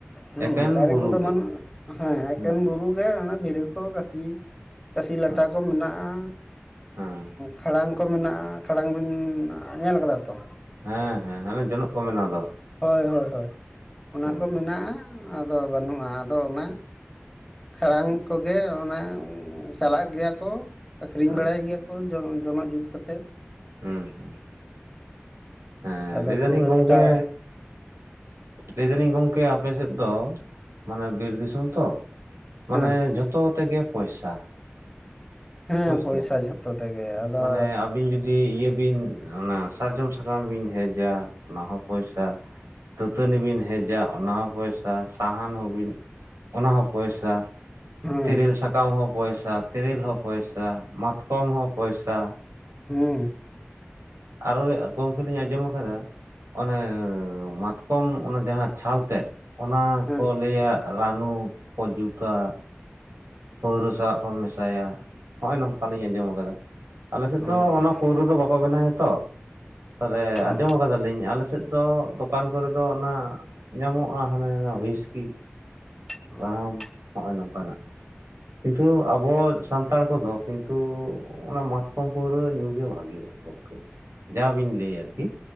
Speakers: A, in the centre; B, on the right (about 85°).
A: ᱦᱩᱸ
B: ᱮᱠᱮᱱ
A: ᱫᱟᱨᱮ
B: ᱵᱩᱨᱩ
A: ᱠᱚᱫᱚ
B: ᱜᱮ
A: ᱵᱟᱹᱱᱩᱜᱼᱟ᱾ ᱦᱮᱸ
B: ᱦᱩᱸ
A: ᱮᱠᱮᱱ ᱵᱩᱨᱩ ᱜᱮ ᱚᱱᱟ ᱫᱷᱤᱨᱤ ᱠᱚ ᱠᱟᱹᱥᱤ ᱠᱟᱹᱥᱤ ᱞᱟᱴᱟ
B: ᱦᱮᱸ
A: ᱠᱚ ᱢᱮᱱᱟᱜᱼᱟ᱾
B: ᱦᱮᱸ
A: ᱠᱷᱟᱲᱟᱝ ᱠᱚ ᱢᱮᱱᱟᱜᱼᱟ, ᱠᱷᱟᱲᱟᱝ ᱵᱤᱱ ᱧᱮᱞ ᱠᱟᱫᱟ ᱛᱚ?
B: ᱦᱮᱸ ᱦᱮᱸ ᱦᱟᱱᱮ ᱡᱚᱱᱚᱜ ᱠᱚ ᱵᱮᱱᱟᱣ ᱫᱚ᱾
A: ᱦᱳᱭ ᱦᱳᱭ ᱦᱳᱭ ᱚᱱᱟ
B: ᱦᱮᱸ
A: ᱠᱚ ᱢᱮᱱᱟᱜᱼᱟ ᱟᱫᱚ ᱵᱟᱹᱱᱩᱜᱼᱟ᱾ ᱟᱫᱚ ᱚᱱᱟ ᱠᱷᱟᱲᱟᱝ ᱠᱚᱜᱮ ᱚᱱᱟ ᱪᱟᱞᱟᱜ ᱜᱮᱭᱟ ᱠᱚ ᱟᱠᱷᱨᱤᱧ
B: ᱦᱮᱸ
A: ᱵᱟᱲᱟᱭ ᱜᱮᱭᱟ ᱠᱚ᱾ ᱡᱚᱝ ᱡᱚᱱᱚᱜ ᱡᱩᱛ ᱠᱟᱛᱮ᱾
B: ᱦᱩᱸ ᱦᱩᱸ ᱦᱮᱸᱻ
A: ᱟᱫᱚ
B: ᱞᱟᱹᱭ ᱫᱟᱞᱤᱧ
A: ᱠᱷᱩᱵ
B: ᱜᱚᱢᱠᱮ᱾
A: ᱮᱠᱴᱟ
B: ᱞᱟᱹᱭ ᱫᱟᱹᱞᱤᱧ ᱜᱚᱝᱠᱮ ᱟᱯᱮᱥᱮᱫ ᱫᱚ ᱢᱟᱱᱮ ᱵᱤᱨ ᱫᱤᱥᱚᱢ ᱛᱚ, ᱢᱟᱱᱮ
A: ᱦᱮᱸ
B: ᱡᱷᱚᱛᱚ ᱛᱮᱜᱮ ᱯᱚᱭᱥᱟ᱾
A: ᱦᱮᱸ
B: ᱵᱩᱡᱽ ᱠᱮᱫᱟ
A: ᱯᱚᱭᱥᱟ
B: ᱵᱤᱱ
A: ᱡᱷᱚᱛᱚ ᱛᱮᱜᱮ᱾ ᱟᱫᱚ
B: ᱢᱟᱱᱮ ᱟᱵᱤᱱ ᱡᱩᱫᱤ ᱫᱤ ᱤᱭᱟᱹ ᱵᱤᱱ ᱚᱱᱟ ᱥᱟᱨᱡᱚᱢ ᱥᱟᱠᱟᱢ ᱵᱤᱱ ᱦᱮᱡᱼᱟ, ᱚᱱᱟ ᱦᱚᱸ ᱯᱚᱭᱥᱟ᱾ ᱫᱟᱹᱛᱟᱹᱱᱤ ᱵᱤᱱ ᱦᱮᱡᱟ ᱚᱱᱟ ᱦᱚᱸ ᱯᱚᱭᱥᱟ᱾ ᱥᱟᱦᱟᱱ ᱦᱚᱸᱵᱤᱱ ᱚᱱᱟ ᱦᱚᱸ ᱯᱚᱭᱥᱟ᱾
A: ᱦᱮᱸ
B: ᱛᱮᱨᱮᱞ ᱥᱟᱠᱟᱢ ᱦᱚᱸ ᱯᱚᱭᱥᱟ, ᱛᱮᱨᱮᱞ ᱦᱚᱸ ᱯᱚᱭᱥᱟ, ᱢᱟᱛᱠᱚᱢ ᱦᱚᱸ ᱯᱚᱭᱥᱟ᱾
A: ᱦᱩᱸᱻ
B: ᱟᱨᱦᱚᱸ ᱜᱚᱢᱠᱮ ᱞᱤᱧ ᱟᱸᱡᱚᱢ ᱠᱟᱫᱟ, ᱚᱱᱮ ᱢᱟᱛᱠᱚᱢ ᱚᱱᱟ ᱡᱟᱦᱟᱸ ᱪᱷᱟᱞ ᱛᱮᱫ, ᱚᱱᱟ
A: ᱦᱮᱸ
B: ᱠᱚ ᱞᱟᱹᱭᱟ ᱨᱟᱱᱩ ᱠᱚ ᱡᱩᱛᱟᱹ, ᱯᱟᱹᱣᱨᱟᱹ ᱥᱟᱞᱟᱜ ᱠᱚ ᱢᱮᱥᱟᱭᱟ ᱱᱚᱜᱼᱚᱭ ᱱᱚᱝᱠᱟ ᱞᱤᱧ ᱟᱸᱡᱚᱢ ᱠᱟᱫᱟ᱾ ᱟᱞᱮᱥᱮᱫ
A: ᱚ
B: ᱫᱚ ᱚᱱᱟ ᱯᱳᱣᱨᱟᱹ ᱫᱚ ᱵᱟᱠᱚ ᱵᱮᱱᱟᱣᱼᱟ ᱛᱚ ᱛᱟᱦᱚᱞᱮ
A: ᱚ
B: ᱟᱸᱡᱚᱢ ᱟᱠᱟᱫᱟᱞᱤᱧ᱾ ᱟᱞᱮ ᱥᱮᱫ ᱫᱚ ᱫᱚᱠᱟᱱ ᱠᱚᱨᱮ ᱫᱚ ᱚᱱᱟ ᱧᱟᱢᱚᱜᱼᱟ ᱦᱟᱱᱮ ᱩᱭᱤᱥᱠᱤ
A: ᱦᱩᱸ
B: ᱨᱟᱢ ᱦᱚᱸᱜᱼᱚᱭ ᱱᱚᱝᱠᱟᱱᱟᱜ᱾ ᱠᱤᱱᱛᱩ ᱟᱵᱚ ᱥᱟᱱᱛᱟᱲ ᱠᱚᱫᱚ ᱠᱤᱱᱛᱩ ᱦᱚᱸᱜ-ᱚ ᱱᱟ ᱢᱟᱛᱠᱚᱢ ᱯᱟᱹᱣᱨᱟᱹ ᱧᱩ ᱜᱮ ᱵᱷᱟᱹᱜᱮᱭᱟ ᱜᱚᱝᱠᱮ, ᱡᱟ ᱵᱤᱱ ᱞᱟᱹᱭ ᱟᱨᱠᱤ᱾